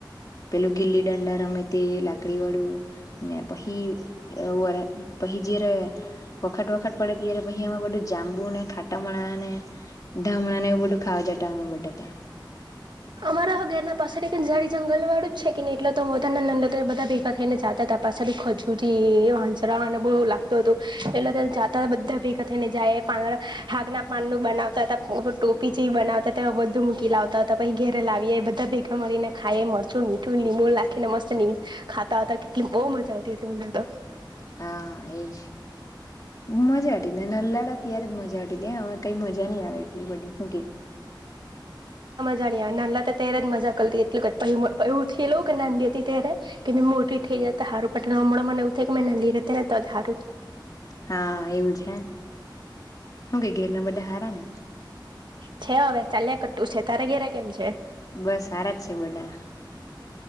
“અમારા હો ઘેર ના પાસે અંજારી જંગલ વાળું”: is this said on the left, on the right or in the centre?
Right